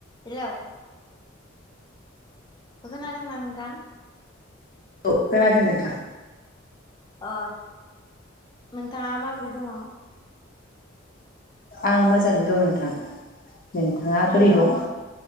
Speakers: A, on the left (about 20°); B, on the left (about 45°).
A: हेल खोनादोंना नोंथां
B: औ खोनादों नोंथां
A: अ नोंथाङा माबोरै दङ
B: आं मोजाङैनो दङ नोंथां नोंथाङा बोरै दं